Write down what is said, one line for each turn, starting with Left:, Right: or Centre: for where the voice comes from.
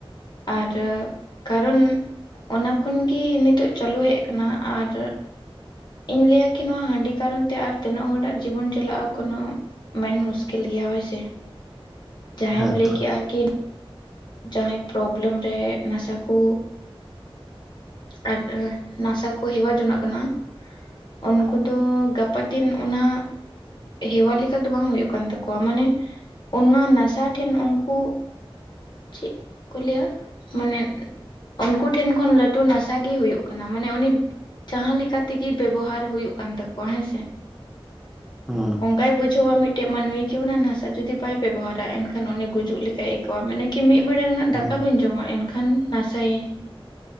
Left: ᱟᱨ ᱠᱟᱨᱚᱱ ᱚᱱᱟ ᱠᱷᱚᱱ ᱜᱤ ᱱᱤᱛᱚᱜ ᱪᱟᱹᱞᱩ ᱦᱮᱡ ᱠᱟᱱᱟ᱾ ᱟᱨ ᱤᱧ ᱞᱟᱹᱭᱟ ᱠᱤ ᱱᱚᱣᱟ ᱦᱟᱺᱰᱤ ᱠᱟᱨᱚᱱ ᱛᱮ ᱟᱨ ᱛᱤᱱᱟᱹᱜ ᱦᱚᱲᱟᱜ ᱡᱤᱵᱚᱱ ᱪᱟᱞᱟᱜᱼᱟ ᱠᱳᱱᱦᱚ᱾ ᱢᱮᱱ ᱢᱩᱥᱠᱤᱞ ᱜᱮᱭᱟ ᱦᱮᱸᱥᱮ᱾
Centre: <unintelligible>
Left: ᱡᱟᱸᱦᱭᱮᱢ ᱞᱟᱹᱭ
Centre: ᱛᱚ
Left: ᱠᱮᱜᱼᱟ ᱠᱤ ᱡᱟᱸᱦᱟᱭ ᱯᱨᱚᱵᱞᱮᱢ ᱨᱮ ᱱᱟᱥᱟ ᱠᱚ᱾ ᱟ ᱱᱟᱥᱟ ᱠᱚ ᱦᱮᱣᱟ ᱡᱚᱱᱟᱜ ᱠᱟᱱᱟ᱾ ᱩᱱᱠᱩ ᱫᱚ ᱜᱟᱯᱟ ᱫᱤᱱ ᱚᱱᱟ᱾ ᱦᱮᱣᱟ ᱞᱮᱠᱟ ᱫᱚ ᱵᱟᱝ ᱦᱩᱭᱩᱜ ᱠᱟᱱ ᱛᱟᱠᱚᱣᱟ ᱢᱟᱱᱮ᱾ ᱚᱱᱟ ᱱᱟᱥᱟ ᱴᱷᱮᱱ ᱩᱱᱠᱩ᱾ ᱪᱮᱫ ᱠᱚ ᱞᱟᱹᱭᱟ ᱢᱟᱱᱮ᱾ ᱩᱱᱠᱩ ᱴᱷᱮᱱ ᱠᱷᱚᱱ ᱞᱟᱹᱴᱩ ᱱᱟᱥᱟᱤ ᱦᱩᱭᱩᱜ ᱠᱟᱱᱟ ᱢᱟᱱᱮ ᱩᱱᱤ ᱡᱟᱦᱟᱸ ᱞᱮᱠᱟ᱾ ᱛᱤᱜᱮ ᱵᱮᱵᱚᱦᱟᱨ ᱦᱩᱭᱩᱜ ᱠᱟᱱ ᱛᱟᱠᱚᱣᱟ ᱦᱮᱸᱥᱮ
Centre: ᱦᱩᱸ
Left: ᱚᱱᱠᱟᱭ ᱵᱩᱡᱷᱟᱹᱣᱟ ᱢᱤᱫ᱾ ᱢᱤᱴᱮᱡ ᱢᱟᱹᱱᱢᱤ ᱠᱤ ᱚᱱᱟ ᱱᱟᱥᱟ ᱡᱩᱫᱤ ᱵᱟᱭ ᱵᱮᱵᱚᱦᱟᱨ ᱟ ᱮᱱᱠᱷᱟᱱ ᱩᱱᱤ ᱜᱩᱡᱩᱜ ᱞᱮᱠᱟᱭ ᱟᱹᱭ᱾ <inaudible> ᱢᱮᱱᱮ ᱠᱤ ᱢᱤᱫ ᱵᱮᱲᱟ ᱨᱮᱱᱟᱜ
Centre: ᱦᱩᱸ
Left: ᱫᱟᱠᱟ ᱵᱟᱹᱧ ᱡᱚᱢᱟ ᱮᱱᱠᱷᱟᱱ ᱱᱟᱥᱟᱭᱤᱧ᱾